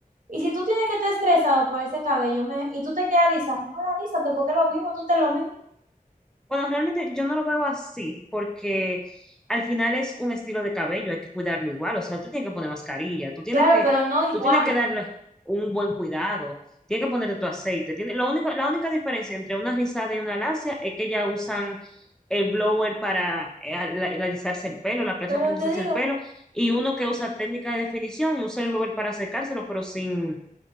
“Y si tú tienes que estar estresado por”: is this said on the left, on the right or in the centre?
Right